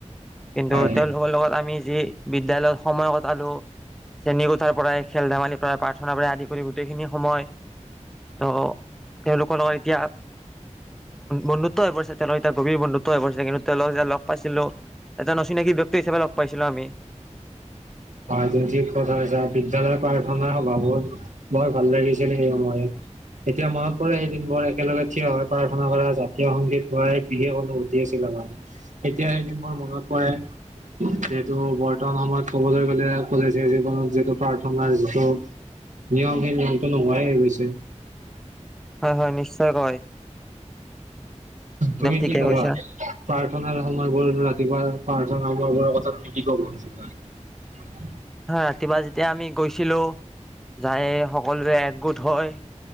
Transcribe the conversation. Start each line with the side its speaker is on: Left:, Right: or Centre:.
Centre: কিন্তু
Right: হয়
Centre: তেওঁলোকৰ লগত আমি। যি বিদ্য়ালয়ত সময় কটালো শ্ৰেণী কোঠাৰ পৰাই খেল ধেমালিৰ পৰাই প্ৰাৰ্থনা পৰা আদি কৰি গোটেইখিনি সময় ত তেওঁলোকৰ লগত এতিয়া বন্ধুত্ব হৈ পৰিছে তেওঁলৰ এতিয়া গভীৰ বন্ধুত্ব হৈ পৰিছে কিন্তু ত লগ যাই লগ পাইছিলো এজন অচিনাকি ব্যয়ক্তি হিচাপে লগ পাইছিলো আমি
Right: হয় যি কছ বিদ্যালয় পাৰঠ ন হ ভাবত বৰ ভাল লাগিছিল এই সময়ত এতিয়া মনত পৰে এদিন বৰ একেলগে থিয় হৈ প্ৰাৰ্থনা কৰা জাতীয় সংগীত ব বিশেষ অনুভূতি আছিল আমাৰ এতিয়া এদিন বৰ মনত পৰে যিহেতু বৰ্তমান সময়ত ক'বলৈ গ'লে কলেজীয়া জীৱনত যিটো প্ৰাৰ্থনাৰ যিটো নিয়ম সেই নিয়মটো নোহোৱাই গৈছে
Centre: হয় হয় নিশ্চয় ক
Right: তুমি
Centre: ঠিকে
Right: কি কবা
Centre: কৈছা হয়
Right: প্ৰাৰ্থনাৰ সময় গলো ৰাতিপুৱা প্ৰাৰ্থনা াৰ বাৰ কথা তুমি কি ক কছ
Centre: হাতি বাজ তেতিয়া আমি গৈছিলোঁ যায় সকলোৰে একগোট হয়